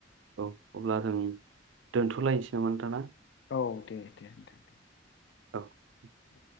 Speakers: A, on the right (about 75°); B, on the left (about 60°).
A: औ अब्ला जों दोनथ'लायसै नामा नोंथां ना?
B: औ दे दे नोंथां दे।
A: औ
B: औ